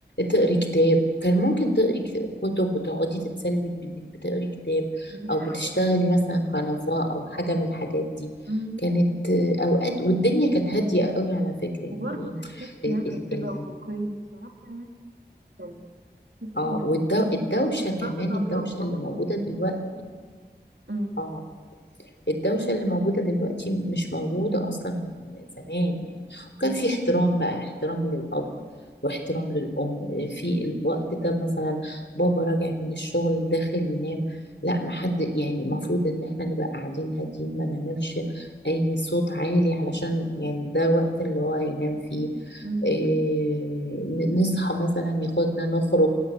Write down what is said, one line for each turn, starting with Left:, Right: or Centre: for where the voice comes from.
Left: تقري كتاب كان ممكن تقري كت- كتب وتقعدي تتسلي بإنك بتقري كتاب
Right: دي حقيقة
Left: أو بتشتغلي مثلا كنفا أو حاجة من الحاجات دي
Right: أمم.
Left: كانت آه، أوقات والدنيا كانت هادية قوي على فكرة يعني
Right: وبرضه كان في شياكة كده
Left: إيه
Right: ورقي بصراحة يعني كان يعني تحسي
Left: اه
Right: إن
Left: والدوشة
Right: العيش محتفظة
Left: كمان الدوشة
Right: برونقها
Left: اللي موجودة دلوقتي
Right: أمم،
Left: اه الدوشة اللي موجودة دلوقتي مش موجودة أصلا زمان يعني وكان
Right: أمم،
Left: في احترام بقى احترام للأب واحترام للأم في الوقت ده مثلا بابا راجع من الشغل داخل ينام لا محد يعني المفروض ان احنا نبقى قاعدين هادين ما نعملش اي صوت عالي علشان يعني ده وقت اللي هو هينام فيه
Right: أمم،
Left: إيه ن- نصحى مثلا ياخدنا نخرج